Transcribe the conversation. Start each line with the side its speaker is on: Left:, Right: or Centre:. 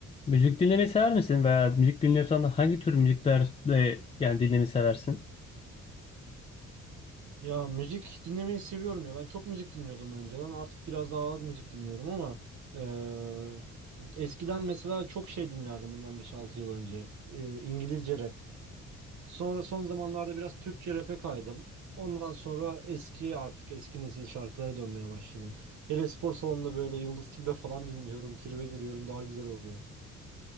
Left: Müzik dinlemeyi sever misin veya müzik dinliyorsan da hangi tür müzikler de yani dinlemeyi seversin?
Right: Ya müzik dinlemeyi seviyorum ya. Ben çok müzik dinliyordum önceden. Artık biraz daha az müzik dinliyorum ama eee, eskiden mesela çok şey dinlerdim bundan beş altı yıl önce. Eee, İngilizce rap. Sonra son zamanlarda biraz Türkçe rap'e kaydım. Ondan sonra eski artık eski nesil şarkılara dönmeye başladım. Hele spor salonunda böyle Yıldız Tilbe falan dinliyorum. Tribe giriyorum daha güzel oluyor.